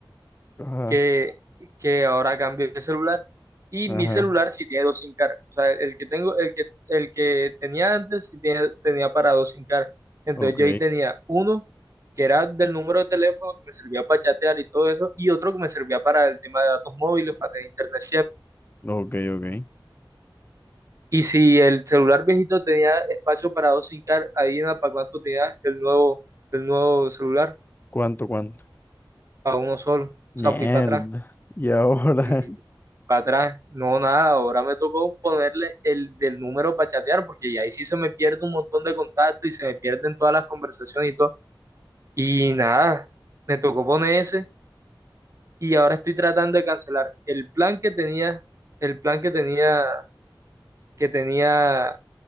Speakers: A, on the left (about 25°); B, on the right (about 40°).
A: Ajá,
B: que, que ahora cambié de celular y
A: ajá.
B: mi celular sí tiene dos SIM cards. O sea, el que tengo, el que, el que tenía antes sí tenía, tenía para dos SIM cards. Entonces
A: Ok,
B: yo ahí tenía uno que era del número de teléfono que me servía para chatear y todo eso, y otro que me servía para el tema de datos móviles, para tener internet
A: ok, ok.
B: Y si el celular viejito tenía espacio para dos SIM card, ahí en la para cuánto tenía el nuevo, el nuevo celular,
A: ¿Cuánto, cuánto?
B: para uno solo.
A: Mierda.
B: O sea, fui para atrás
A: Y ahora.
B: y
A: <laughs>
B: para atrás, no nada. Ahora me tocó ponerle el del número para chatear, porque ya ahí sí se me pierde un montón de contactos y se me pierden todas las conversaciones y todo. Y nada, me tocó poner ese y ahora estoy tratando de cancelar el plan que tenía, el plan que tenía, que tenía